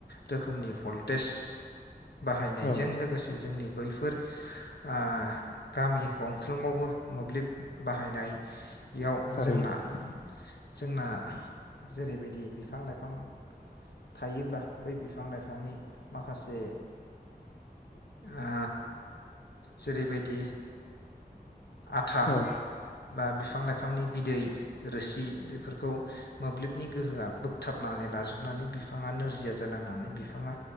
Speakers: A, on the left; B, on the left.
A: रोखोमनि भल्टेज। बाहायनायजों
B: औ
A: लोगोसे जोंनि बैफोर ओ गामि गंफ्रोमावबो मोब्लिब बाहायनाय बेयाव
B: थारैनो
A: जोंना जोंना जेरैबायदि बिफां लाइफां थायोब्ला बै बिफां लाइफांनि माखासे ओ जेरैबायदि आथा
B: औ
A: बा बिफां लाइ बिफांनि बिदै रोसि बेफोरखौ मोब्लिबनि गोहोआ बोगथाबनानै लाजोबनानै बिफांङा नोरजिया जालांनानै बिफांङा